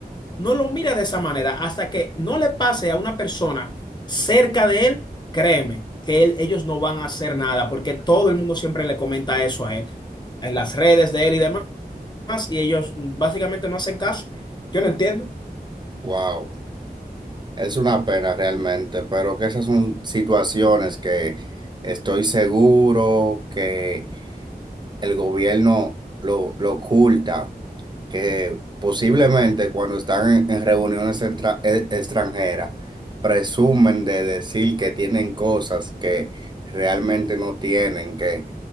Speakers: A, on the left; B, on the right.
A: no lo mira de esa manera. Hasta que no le pase a una persona cerca de él, créeme que él- ellos no van a hacer nada, porque todo el mundo siempre le comenta eso a él, en las redes de él y demás, y ellos básicamente no hacen caso. Yo no entiendo.
B: Wow, es una pena realmente, pero que esas son situaciones que estoy seguro que el gobierno lo, lo oculta que posiblemente cuando están en, en reuniones entra- e- extranjeras presumen de decir que tienen cosas que realmente no tienen, que